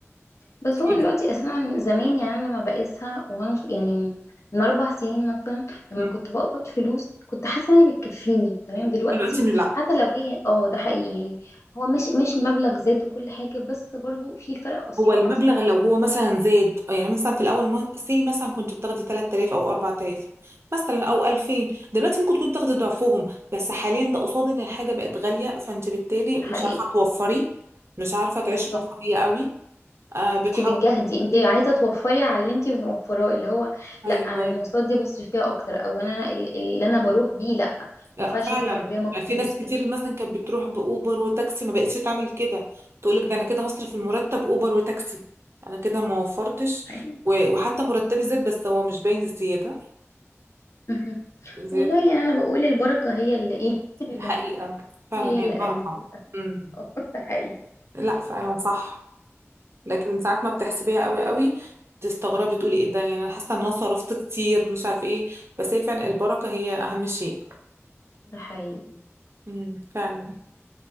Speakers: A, on the left; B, on the right.
A: بس هو
B: بت-
A: دلوقتي اساسا زمان يعني انا لما بقيسها وانا ص- يعني من اربع سنين مثلا لما
B: مم.
A: كنت بقبض فلوس كنت حاسه ان هي بتكفيني تمام دلوقتي
B: دلوقتي لا
A: حتى لو هي اه ده حقيقي يعني هو ماشي ماشي المبلغ زاد وكل حاجه بس برضو في فرق اسرع
B: هو المبلغ
A: اسعار رهيب،
B: لو هو مثلا زاد يعني مثلا في الاول سي مثلا كنت بتاخدي 3000 او 4000 مثلا او 2000 دلوقتي ممكن تكوني بتاخدي ضعفهم بس حاليا ده قصاد ان الحاجه بقت غاليه فانت بالتالي
A: ده
B: مش
A: حقيقي
B: عارفه توفري مش عارفه تعيشي
A: بالظبط
B: رفاهيه قوي آه بتحاول
A: انت بتجهدي انت عايزه توفري على اللي انت بنوفراه اللي هو
B: ايوه
A: لا انا المواصلات دي بصرف فيها اكتر او انا ال- اللي انا بروح بيه لا ما
B: لا
A: ينفعش
B: فعلا
A: اخد عربيه مخصوص
B: يعني في ناس كتير مثلا كانت بتروح باوبر وتاكسي ما بقتش تعمل كده تقولك ده انا كده هصرف المرتب اوبر وتاكسي انا كده ما وفرتش
A: يعني
B: و- وحتى مرتبي زاد بس هو مش باين الزياده
A: <laughs> مهم.
B: زياده
A: والله يعني انا بقول البركه هي اللي ايه <laughs>
B: دي
A: اللي
B: حقيقة فعلا
A: هي اللي
B: هي البركة
A: قلت للأسف.
B: امم
A: <laughs> ده حقيقي
B: لا فعلا صح لكن ساعات ما بتحسبيها قوي قوي تستغربي تقولي ايه ده يعني انا حاسة ان انا صرفت كتير مش عارفة ايه بس هي فعلا البركة هي اهم شيء
A: ده حقيقي
B: امم فعلا